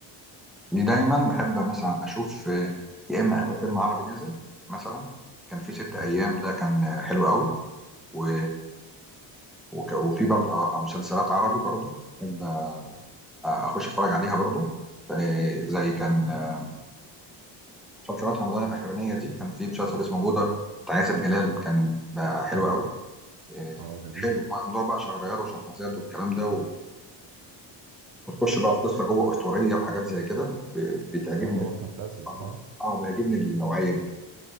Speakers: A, in the centre; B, on the right.
A: دي دايما بحب مثلا اشوف آه، يا اما اخر فيلم عربي نازل مثلا كان في ست
B: تمام
A: ايام ده كان آه، حلو قوي و... وك... وفي برضه آه، او مسلسلات عربي برضه بحب آه، اخش اتفرج عليها برضه ف- زي كان آه، مسلسلات رمضان الاخرانيه دي كان في مسلسل اسمه جودر بتاع ياسر جلال كان بقى حلو
B: اه
A: قوي آه،
B: اه جميل
A: حلو موضوع بقى شهريار وشهرزاد والكلام ده و... وتخش بقى في قصه جوه اسطوريه وحاجات زي كده ب- بتعجبني
B: يعتبر
A: ال-
B: فانتازيا اه
A: اه بيعجبني النوعيه دي